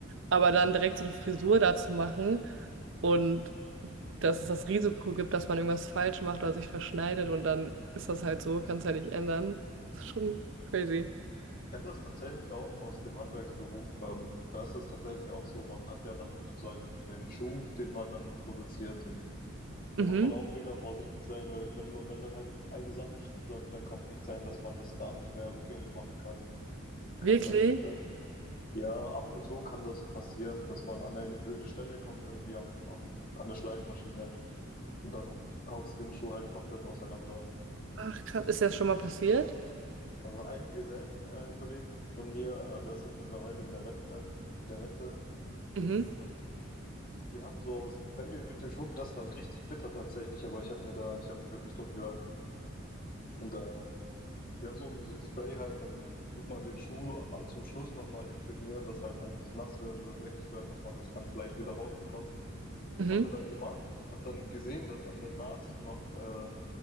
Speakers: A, on the right (about 65°); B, on the left (about 45°).
A: Aber dann direkt so eine Frisur dazu machen und dass es das Risiko gibt, dass man irgendwas falsch macht oder sich verschneidet und dann ist das halt so, kann es ja nicht ändern. Das ist schon crazy.
B: Ich kenne das tatsächlich auch aus dem Handwerksberuf. Ähm, da ist es tatsächlich auch so, man hat ja dann sozusagen den Schuh, den man dann produziert und Da
A: Mhm.
B: muss man auch mega vorsichtig sein, weil wenn, wenn dann halt eine Sache schief läuft, dann kann es echt sein, dass man das gar nicht mehr rückgängig machen kann. Hm. Kann
A: Wirklich?
B: es halt echt sein. Ja, ab und zu kann das passieren, dass man an eine blöde Stelle kommt, irgendwie am, am, an der Schleifmaschine und dann haut es den Schuh halt komplett auseinander.
A: Ach, krass. Ist dir das schon mal passiert?
B: Also einem Gesellenkollegen äh, Kollegen von mir, äh, der ist jetzt mittlerweile in der Rente, in der Rente, dem,
A: Mhm.
B: wir haben so, wenn wir mit dem Schuh, das war richtig bitter tatsächlich, aber ich habe mir da, ich habe mich wirklich totgelacht. Und da Wir haben so ein, so ein Spray halt, damit tut man den Schuh äh, zum Schluss nochmal imprägnieren, dass halt, wenn es nass wird oder dreckig wird, dass man das ganz leicht wieder rausbekommt. Das
A: Mhm.
B: hat er dann gemacht, hat dann gesehen, dass an der Naht noch, äh,